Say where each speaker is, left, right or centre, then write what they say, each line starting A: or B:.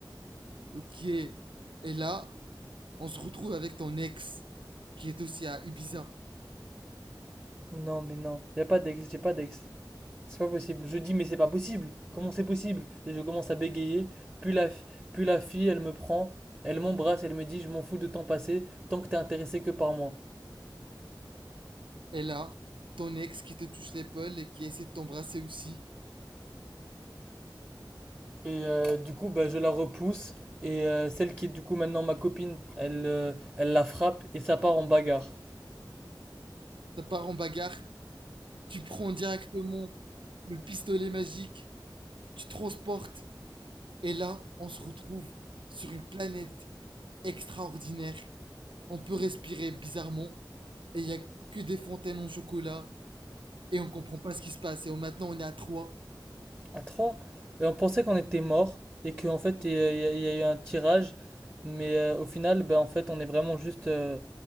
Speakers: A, on the right (about 85°); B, on the right (about 25°).
A: Ok. Et là, on se retrouve avec ton ex, qui est aussi à Ibiza.
B: Non, mais non. Y a pas d'ex, j'ai pas d'ex. C'est pas possible. Je dis, mais c'est pas possible. Comment c'est possible? Et je commence à bégayer. Puis la, fi- puis la fille, elle me prend, elle m'embrasse, elle me dit, je m'en fous de temps passé, tant que t'es intéressé que par moi.
A: Et là, ton ex qui te touche l'épaule et qui essaie de t'embrasser aussi.
B: Et euh, du coup, bah, je la repousse. Et euh, celle qui est du coup maintenant ma copine, elle, euh, elle la frappe et ça part en bagarre.
A: Ça part en bagarre. Tu prends directement le pistolet magique. Tu transportes. Et là, on se retrouve sur une planète extraordinaire. On peut respirer bizarrement et il n'y a que des fontaines en chocolat et on comprend pas ce qui se passe. Et maintenant, on est à trois.
B: À trois. Et on pensait qu'on était mort et qu'en fait, il y, a il y a eu un tirage. Mais euh, au final, bah, en fait, on est vraiment juste euh,